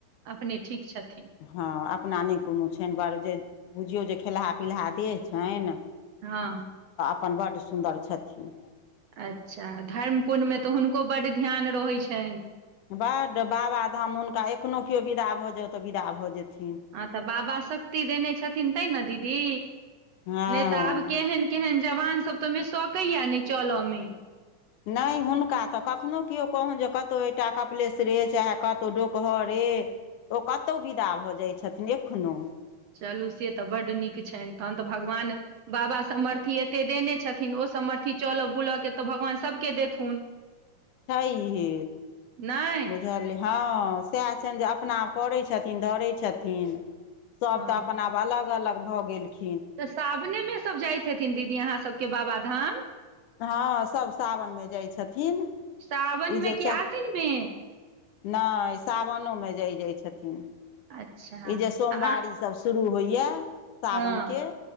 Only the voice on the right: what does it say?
अपने ठीक छथि
हँ
अच्छा धर्म पुण्यमें तऽ हुनको बड्ड ध्यान रहै छनि।
हँ, तऽ बाबा शक्ति देने छथिन तै ने दीदी
नहि तऽ आब केहन केहन जवानसभ तऽ ओहिमें सकैया नै चलय में
चलू से तऽ बड्ड नीक छनि। तहन तऽ भगवान बाबा सामर्थ्य एते देने छथिन। ओ सम अथी चलो बुलऽ के त भगवान सब के देथुन
नहि
हँ
तऽ सावनेमें सभ जाइत हेथिन दीदी अहाँ सबके बाबाधाम
सावन
मे
कि
आसिन मे
अच्छा
तऽ
हँ